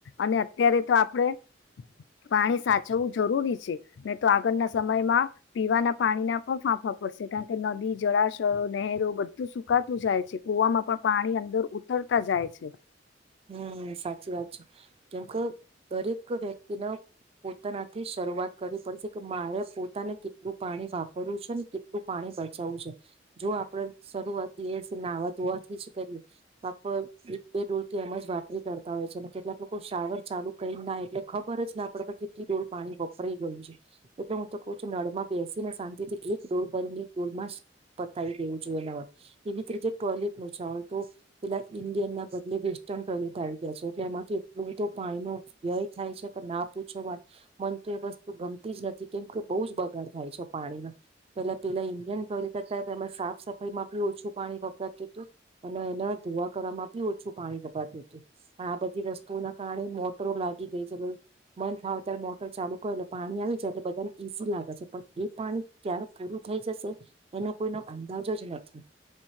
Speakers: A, on the left; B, on the right.
A: અને અત્યારે તો આપડે પાણી સાચવવું જરૂરી છે નહી તો આગળના સમયમાં પીવાના પાણીના પણ ફાંફા પડશે કારણ કે નદી જળાશયો નહેરો બધું સુકાતું જાય છે કુવામાં પણ પાણી અંદર ઉતરતા જાય છે છે
B: હમ સાચી વાત છે કેમક દરેક વ્યક્તિના પોતાનાથી શરૂઆત કરવી પડશે કે મારે પોતાને કેટલું પાણી વાપરવું છે ન કેટલું પાણી બચાવવું છે જો આપડે શરૂઆત દિવસે નાહવા ધોવાથી જ કરીએ તો આપડ એક બે ડોલ કે એમ જ વાપરી કાઢતા હોય છ ન કેટલાક લોકો શાવર ચાલુ કરી ન નાય એટલે ખબર જ ના પડ કે કેટલી ડોલ પાણી વપરઈ ગયું છે એટલે હું તો કઉ છું નળમાં બેસી ને શાંતિ થી એક ડોલ ભરીને એક ડોલમાં જ પતાઈ દેવું જોઈઅ નાવાનું એવી જ રીતે ટોયલેટ નું શાવર તો પેલા ઇન્ડિયન ના બદલે વેસ ટન ટોયલેટ આવી ગયા છે એટલે એમાંથી એટલું તો પાણીનો વ્યય થાય છે કે ના પૂછો વાત મન તો એ વસ્તુ ગમતી જ નથી કેમ કે બહુ જ બગાડ થાય છ પાણીનો પેલા પેલા ઈન્ડિયન ટોયલેટ હતા એમાં સાફ સફાઈમાં બી ઓછું પાણી વગરાતું તું અને એના ધોવા કરવામા બી ઓછું પાણી વપરાતું તું આ બધી વસ્તુઓ ના કારણે મોટરો લાગી ગઈ છે એટલે મન ફાવત્યારે મોટર ચાલુ કર એટલે પાણી આવી જાય એટલે બધાન ઈઝી લાગે છ પણ એ પાણી ક્યારે પૂરું થઈ જશે એનો કોઈનો અંદાજ જ નથી